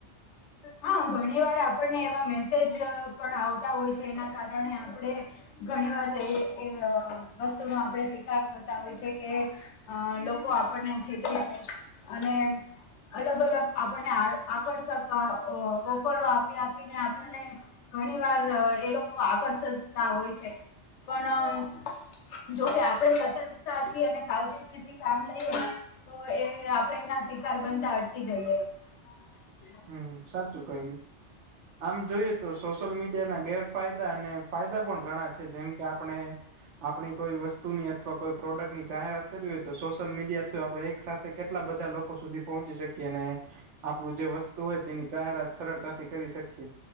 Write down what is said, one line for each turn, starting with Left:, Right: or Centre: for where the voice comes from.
Left: હા ઘણી વાર આપણને એવા મેસેજ પણ આવતા હોય છે એના કારણે આપણે ઘણી વાર એ વસ્તુમાં આપણે શિકાર થતા હોય છે કે અ લોકો આપણને જીતી જાય અને અલગ અલગ આપણને આ આકર્ષક ઓફરો આપી આપીને આપણને ઘણી વાર એ લોકો આકર્ષતા હોય છે પણ જોકે આપણે સતર્કતા અને સાવચેતી કામ લઈએ તો એ આપણેે એના શિકાર બનતા અટકી જઈએ બ <unintelligible>
Right: હમ સાચું કહ્યું. આમ જોયું તો સોશિયલ મીડિયા ના ગેરફાયદા અને ફાયદા પણ ઘણા છે જેમ કે આપણે આપણી કોઈ વસ્તુની અથવા કોઈ પ્રોડક્ટ ની જાહેરાત કરવી હોય તો સોશિયલ મીડિયા થ્રુ આપડણે એક સાથે કેલા એટલા બધા લોકો સુધી પહોંચી શકીને આપડું જે વસ્તુ હોય તેની જાહેરાત સરળતાથી કરી શકીએ